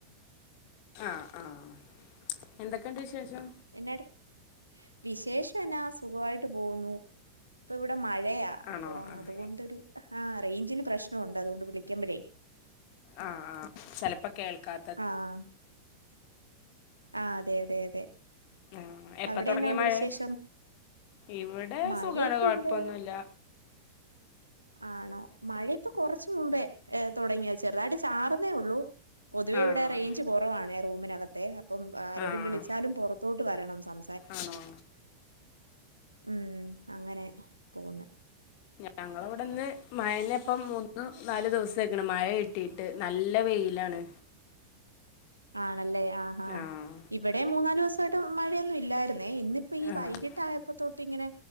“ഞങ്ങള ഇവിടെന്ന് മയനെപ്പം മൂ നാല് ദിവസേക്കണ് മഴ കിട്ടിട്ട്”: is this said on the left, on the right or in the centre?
Left